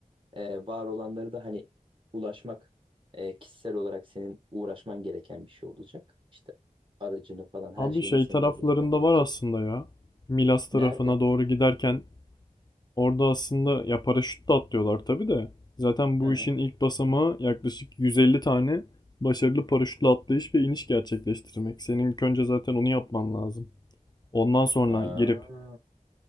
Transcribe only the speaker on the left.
Abi
şey
taraflarında
var aslında ya. Milas tarafına
doğru giderken Orada aslında ya paraşütle atlıyorlar tabii de. Zaten bu
işin ilk basamağı yaklaşık 150 tane başarılı paraşütle atlayış ve iniş gerçekleştirmek. Senin ilk önce zaten onu yapman lazım. Ondan sonra
girip